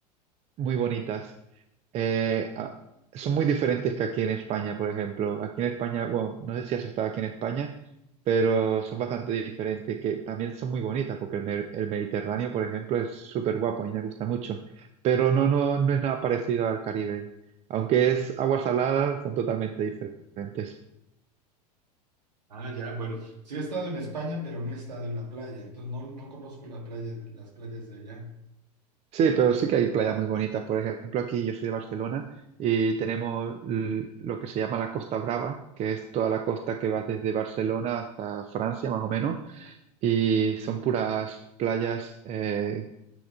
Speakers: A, on the right; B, on the right.
A: muy bonitas. Eh, ah, son muy diferentes que aquí en España, por ejemplo. Aquí en España, bueno, no sé si has estado aquí en España, pero son bastante diferentes, que también son muy bonitas, porque el, Mer- el Mediterráneo, por ejemplo, es súper guapo, a mí me gusta mucho, pero no, no, no es nada parecido al Caribe. Aunque es agua salada, son totalmente diferentes.
B: Ah, ya, bueno, sí he estado en España, pero no he estado en la playa, entonces no, no conozco la playa, de- las playas de allá.
A: Sí, pero sí que hay playas muy bonitas. Por ejemplo, aquí yo soy de Barcelona y tenemos l- lo que se llama la Costa Brava, que es toda la costa que va desde Barcelona hasta Francia, más o menos, y son puras playas eh,